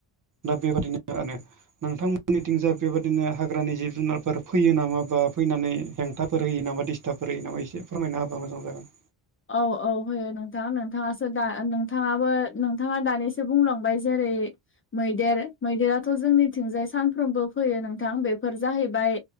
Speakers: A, on the right; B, on the left.
A: दा बेबादिनो <unintelligible> नोंथांमोननिथिं जा बेबायदिनो हाग्रानि जिब जुनारफोर फैयो नामा बा फैनानै हेंथाफोर होयो नामा दिस्टाबफोर होयो नामा? एसे फोरमायना होबा मोजां जागौमोन।
B: औ औ होयो नोंथां। नोंथाङासो दा नोंथाङाबो नोंथाङा दानिसो बुंलांबाय जेरै मैदेर, मैदेराथ' जोंनिथिंजाय सानफ्रोमबो फैयो नोंथां बेफोर जाहैबाय‌